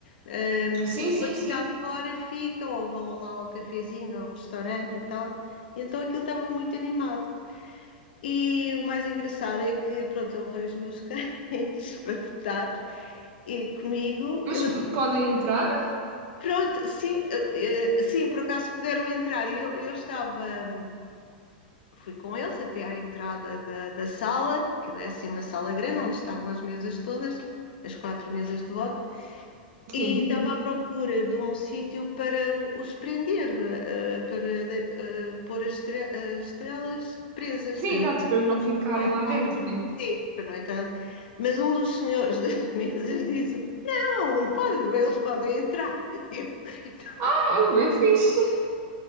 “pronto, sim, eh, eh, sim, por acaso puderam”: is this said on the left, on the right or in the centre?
Left